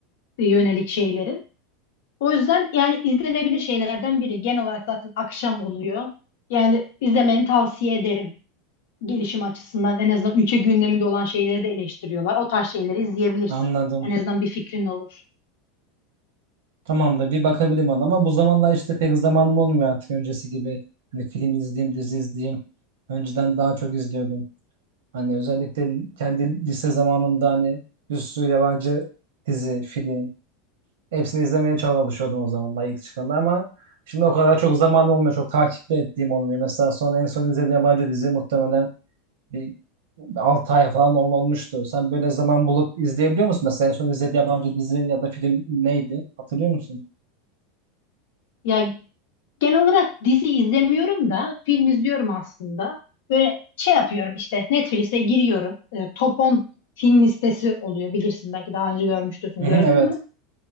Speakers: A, on the left; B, on the right.
A: e, yönelik şeylerin. O yüzden yani izlenebilir şeylerden biri. Genel olarak zaten akşam oluyor. Yani izlemeni tavsiye ederim. Gelişim açısından en azından ülke gündeminde olan şeyleri de eleştiriyorlar. O tarz şeyleri izleyebilirsin.
B: Anladım.
A: En azından bir fikrin olur.
B: Tamam da bir bakabilirim ona ama bu zamanlar işte pek zamanım olmuyor artık öncesi gibi. Hani film izleyeyim, dizi izleyeyim. Önceden daha çok izliyordum. Hani özellikle kendi lise zamanımda hani bir sürü yabancı dizi, film. Hepsini izlemeye çalışıyordum o zamanlar ilk çıkanda ama şimdi o kadar çok zamanım olmuyor. Çok takipte ettiğim olmuyor. Mesela son en son izlediğim yabancı dizi muhtemelen bir 6 ay falan ol- olmuştu. Sen böyle zaman bulup izleyebiliyor musun? Mesela en son izlediğin yabancı dizi ya da film neydi? Hatırlıyor musun?
A: Ya genel olarak dizi izlemiyorum da film izliyorum aslında. Böyle şey yapıyorum işte Netflix'e giriyorum. E, Top 10 film listesi oluyor bilirsin belki daha önce görmüştürsün
B: Hı
A: gördün
B: hı, evet.
A: mü?